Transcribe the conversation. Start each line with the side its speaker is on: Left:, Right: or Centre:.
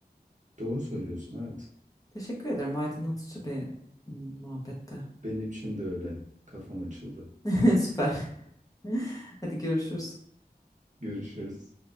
Right: Doğru söylüyorsun evet.
Left: Teşekkür ederim. Aydınlatıcı bir mm, muhabbette.
Right: Benim için de öyle. Kafam açıldı.
Left: <laughs> Süper. <laughs> Hadi görüşürüz.
Right: Görüşürüz.